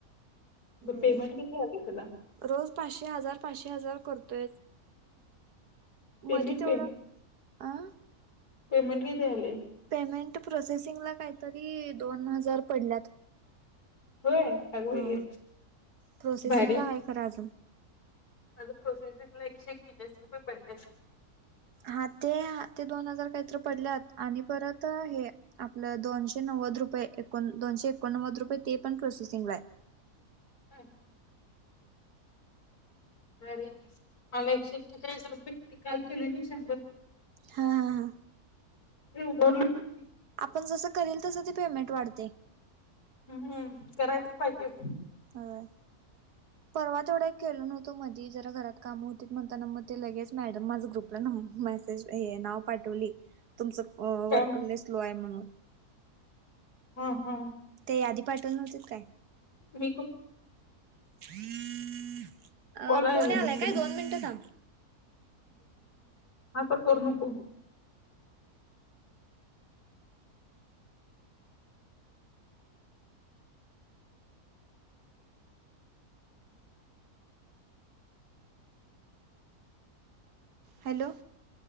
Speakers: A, on the right (about 85°); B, on the left (about 75°).
A: होय
B: पेमेंट किती आले तुला
A: रोज पाचशे हजार पाचशे हजार करतोयच
B: पेमेंट
A: मधी तेवढं
B: पे
A: आं
B: पेमेंट किती झालेय.
A: पेमेंट प्रोसेसिंगला काहीतरी दोन हजार पडल्यात.
B: होय अगं बाई
A: हा प्रोसेसिंग
B: भारी
A: ला आहे खरं अजून
B: माझं प्रोसेसिंगला एकशेएक्केचाळीस रुपये पडलेत.
A: हा ते ते दोन हजार काहीतर पडल्यात आणि परत हे आपलं दोनशे नव्वद रुपये दोनशे एकोणनव्वद रुपये ते पण प्रोसेसिंगला आहे.
B: हम्म हम् अरे मला एकशे एक्केचाळीस रुपये निकाल के ले शंभर रुपये
A: हा हा हा
B: तु बोल तू
A: आपण जसं करील तसं ती पेमेंट वाढतंय.
B: हम्म हम्म कराय तर पाहिजे.
A: ह परवा तेवढा केलो नव्हतो मधी घरात काम होती म्हणता मग ते लगेच मॅडम माझ ग्रुपला मेसेज हे नाव पाठवली. तुमचं
B: काय
A: वर्करने स्लो आहे म्हणून
B: हा हा
A: ते आधी पाठव नव्हतेत काय
B: म
A: हम्. अ
B: बोलायला
A: फोन आलाय काय
B: तुला
A: दोन मिनटं थांब
B: हा पण करू नको.
A: हॅलो